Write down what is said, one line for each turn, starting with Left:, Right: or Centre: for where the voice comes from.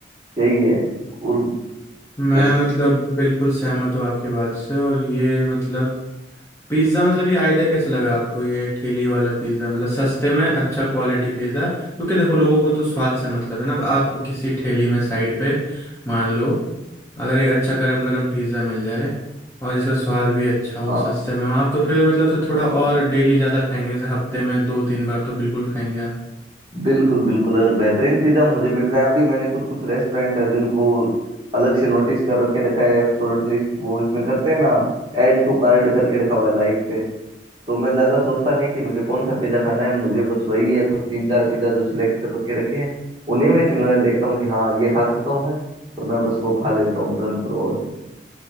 Right: यही है और
Left: मैं
Right: बस
Left: मतलब बिल्कुल सहमत हूँ आपकी बात से और ये मतलब पिज्ज़ा मतलब ये आइडिया कैसे लगा आपको ये ठेली वाला पिज़्ज़ा मतलब सस्ते में अच्छा क्वालिटी पिज़्ज़ा क्योंकि देखो लोगों को तो स्वाद से मतलब है ना अब आपको किसी ठेली में साइड पे मान लो अगर एक अच्छा गरम गरम पिज़्ज़ा मिल जाए और जिसका स्वाद भी अच्छा हो
Right: हाँ
Left: सस्ते में हो आप तो फिर मतलब से थोड़ा और डेली ज़्यादा खाएंगे जैसे हफ्ते में दो तीन बार तो बिल्कुल खाएंगे आप
Right: बिल्कुल बिल्कुल अगर बेहतरीन पिज्जा मुझे मिलता है अब भी मैंने कुछ कुछ रेस्टोरेंट है जिनको अलग से नोटिस कर रखे रखा है शॉर्ट लिस्ट वो इसमें करते हैं ना ऐड टू कार्ड करके रखा हुआ है लाइक पे तो मैं ज्यादा सोचता नहीं कि मुझे कौन सा पिज्जा खाना है मुझे बस वही है कुछ तीन चार पिज्जा जो सिलेक्ट कर रखे रखे हैं उन्हीं में से मैं देखता हूँ कि हाँ ये खा सकता हूँ मैं और मैं बस वो खा लेता हूँ तुरंत प्रभाव से